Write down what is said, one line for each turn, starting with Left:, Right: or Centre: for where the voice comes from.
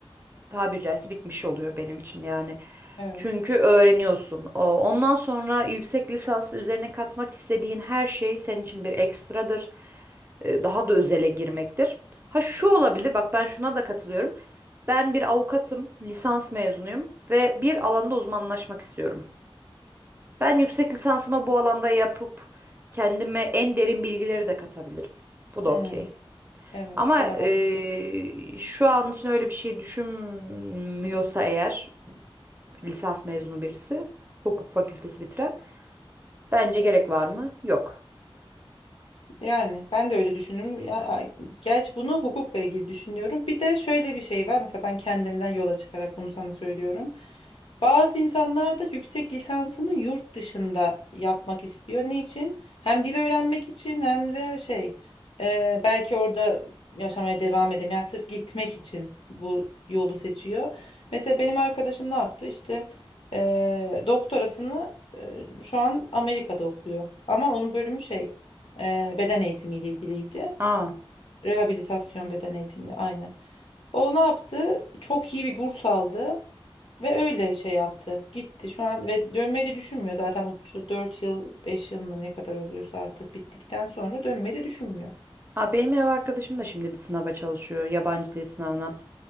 Right: tabiri caizse bitmiş oluyor benim için yani.
Left: Evet.
Right: Çünkü öğreniyorsun. O, ondan sonra yüksek lisans üzerine katmak istediğin her şey senin için bir ekstradır. e, daha da özele girmektir. Ha şu olabilir, bak ben şuna da katılıyorum. Ben bir avukatım, lisans mezunuyum ve bir alanda uzmanlaşmak istiyorum. Ben yüksek lisansımı bu alanda yapıp kendime en derin bilgileri de katabilirim. Bu da
Left: Hmm,
Right: okey.
Left: evet.
Right: Ama
Left: O da
Right: e, şu an için öyle bir şey düşünmüyorsa eğer lisans mezunu birisi, hukuk fakültesi bitiren bence gerek var mı? Yok.
Left: Yani ben de öyle düşünüyorum. Ya, gerçi bunu hukukla ilgili düşünüyorum. Bir de şöyle bir şey var. Mesela ben kendimden yola çıkarak bunu sana söylüyorum. Bazı insanlar da yüksek lisansını yurt dışında yapmak istiyor. Niçin? Hem dil öğrenmek için hem de şey e, belki orada yaşamaya devam edemiyor. Yani sırf gitmek için bu yolu seçiyor. Mesela benim arkadaşım ne yaptı? İşte e, doktorasını e, şu an Amerika'da okuyor. Ama onun bölümü şey. Ee, beden eğitimiyle ilgiliydi.
Right: Aa.
Left: Rehabilitasyon beden eğitimi aynen. O ne yaptı? Çok iyi bir burs aldı ve öyle şey yaptı. Gitti şu an ve dönmeyi de düşünmüyor zaten bu şu 4 yıl 5 yıl mı ne kadar oluyorsa artık bittikten sonra dönmeyi de düşünmüyor.
Right: Aa, benim ev arkadaşım da şimdi bir sınava çalışıyor, yabancı dil sınavına.